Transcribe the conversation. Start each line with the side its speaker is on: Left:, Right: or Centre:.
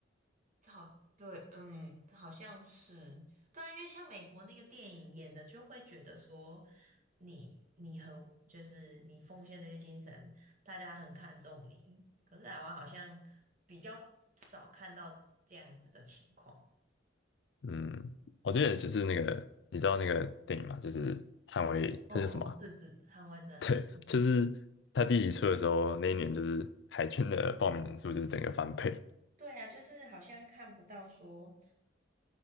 Right: 好，对，嗯，好像是，对啊，因为像美国那个电影演的，就会觉得说你你很就是你奉献这些精神，大家很看重你。可是台湾好像比较少看到这样子的情况。
Left: 嗯，我记得就是那个，你知道那个电影嘛，就是捍卫，
Right: 哦哦，
Left: 它叫什么啊
Right: 对对，捍卫战士。
Left: <laughs> 对，就是他第一集出的时候，那一年就是海军的报名人数就是整个翻倍，
Right: 对啊，就是好像看不到说，